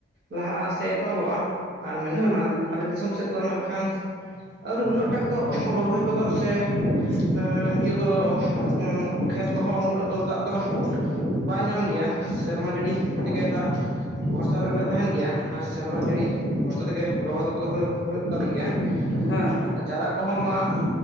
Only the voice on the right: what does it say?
ᱞᱟᱦᱟᱜᱼᱟ ᱥᱮ ᱮᱛᱚᱦᱚᱵᱚᱜᱼᱟ ᱾ ᱟᱨ ᱢᱮᱱᱠᱷᱟᱱ
ᱟᱞᱮ ᱫᱤᱥᱚᱢ ᱥᱮᱫ ᱫᱚ ᱱᱟᱜ ᱠᱷᱟᱱ ᱟᱹᱣᱨᱤ ᱩᱱᱟᱹᱜ ᱴᱟᱜ ᱫᱚ ᱦᱩᱲᱩ ᱨᱚᱦᱚᱭ ᱠᱚᱫᱚ ᱥᱮ ᱦᱮᱸ ᱤᱭᱟᱹ ᱠᱚᱫᱚ ᱚᱸ ᱠᱷᱮᱛ ᱠᱚᱦᱚᱸ ᱩᱱᱟᱹᱜ ᱫᱚ ᱫᱟᱜ ᱫᱚ ᱵᱟᱭ ᱧᱟᱢ ᱜᱮᱭᱟ ᱥᱮᱨᱢᱟ ᱡᱟᱹᱲᱤ ᱛᱮᱜᱮ ᱫᱟᱜ ᱨᱮᱞᱮ ᱛᱟᱦᱮᱱ ᱜᱮᱭᱟ ᱟᱨ ᱥᱮᱨᱢᱟ ᱡᱟᱹᱲᱤ ᱵᱚᱥᱛᱟ ᱛᱮᱜᱮ ᱨᱚᱦᱚᱭ ᱫᱚ ᱠᱚᱫᱚ ᱦᱳ ᱦᱳ ᱦᱳᱭᱳᱜ ᱛᱟᱞᱮ ᱜᱮᱭᱟ
᱾
ᱪᱟᱨᱟ ᱠᱚᱦᱚᱸ ᱢᱟ